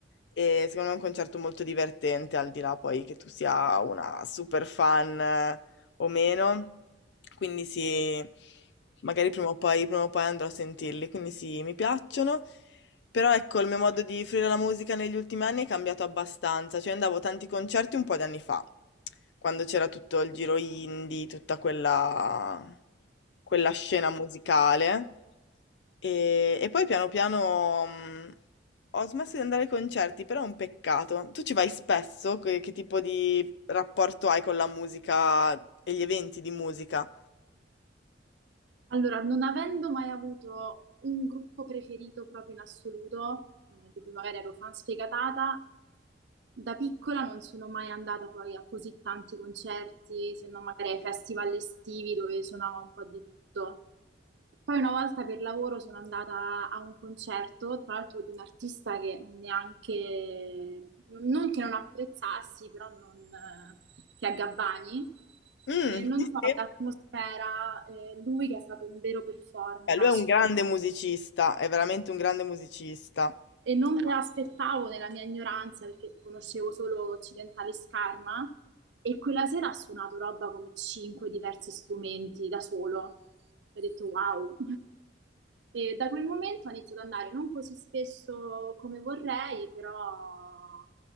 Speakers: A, on the left (about 65°); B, on the right (about 70°).
A: E secondo me è un concerto molto divertente, al di là poi che tu sia una super fan o meno, quindi sì, magari prima o poi, prima o poi andrò a sentirli, quindi sì, mi piacciono, però ecco, il mio modo di fruire la musica negli ultimi anni è cambiato abbastanza, cioè andavo a tanti concerti un po' di anni fa, quando c'era tutto il giro indie, tutta quella, quella scena musicale, e, e poi piano piano... mh, Ho smesso di andare ai concerti, però è un peccato. Tu ci vai spesso? Che, che tipo di rapporto hai con la musica e gli eventi di musica?
B: Allora, non avendo mai avuto un gruppo preferito proprio in assoluto, eh, di cui magari ero fan sfegatata, da piccola non sono mai andata poi a così tanti concerti, se non magari ai festival estivi dove suonava un po' di tutto. Poi una volta per lavoro sono andata a un concerto, tra l'altro di un artista che neanche, non che non apprezzassi, però non, eh, che è Gabbani.
A: Mm,
B: E non
A: sì,
B: so,
A: sì.
B: l'atmosfera, eh, lui che è stato un vero performer
A: Beh, lui
B: assu-
A: è un grande musicista, è veramente un grande musicista.
B: E non me l'aspettavo nella mia ignoranza perché conoscevo solo Occidentali Scarma e quella sera ha suonato roba come cinque diversi strumenti da solo. Ho detto wow. E da quel momento ho iniziato ad andare non così spesso come vorrei, però